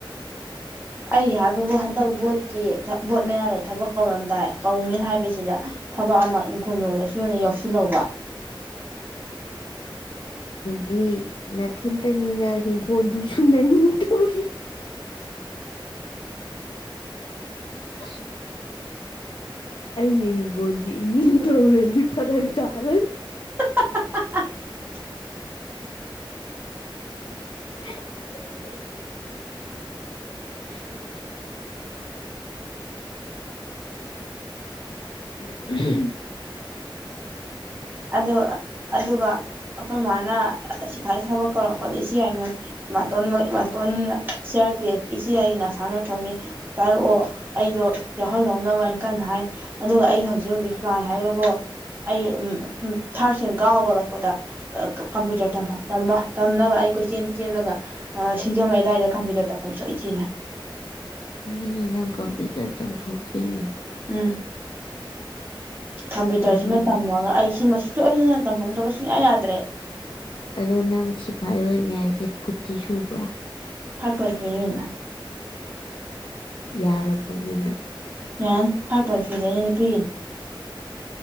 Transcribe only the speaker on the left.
ꯗꯤ ꯅꯊꯟꯇꯅꯤꯅ ꯍꯤꯡꯈꯣꯜꯗꯨꯁꯨ ꯅꯅꯤꯡ ꯇꯧꯔꯤ <unintelligible> ꯑꯩꯅ ꯍꯤꯡꯒꯣꯜꯁꯤ ꯏꯅꯤꯡ ꯊꯧꯔꯗꯤ ꯐꯔꯛ ꯇꯥꯔꯅꯤ
<unintelligible> <unintelligible> <unintelligible>
ꯁꯃꯤꯅꯤ ꯅꯪ ꯀꯝꯄꯨꯇꯔꯗ ꯇꯝꯊꯣꯛꯇꯣꯏꯅꯤ
ꯎꯝ
ꯑꯗꯣ ꯅꯪ ꯁꯤꯐꯥꯏ ꯑꯣꯏꯅꯤ ꯍꯥꯏꯁꯦ ꯐꯨꯠꯇꯤ ꯁꯨꯕ꯭ꯔꯥ
ꯌꯥꯔꯕꯣ ꯗꯨꯅꯥ